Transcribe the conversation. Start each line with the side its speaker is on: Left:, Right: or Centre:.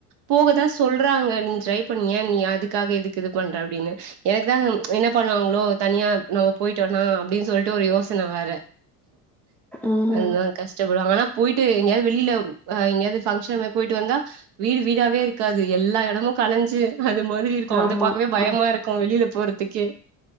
Right: போகதா சொல்றாங்க நீ ட்ரை பண்ணிய நீ அதுக்காக இதுக்கு இது பண்ற அப்படின்னு எனக்கு தா என்ன பண்ணுவாங்களோ தனியா நம்ம போயிட்டோம்னா அப்டின்னு சொல்லிட்டு ஒரு யோசனை வேற
Centre: ம்
Right: அத கஷ்டப்படுவாங்க ஆனா போய்ட்டு எங்கயாது வெளில அ எங்கயாது பங்ஷன் மாதி போய்ட்டு வந்தா வீடு வீடாவே இருக்காது எல்லா எடமு கலஞ்சு அது மாதிரி இருக்கு
Centre: ஆமா
Right: அத பாக்கவே பயமா
Centre: ஆ
Right: இருக்கு வெளில போறதுக்கே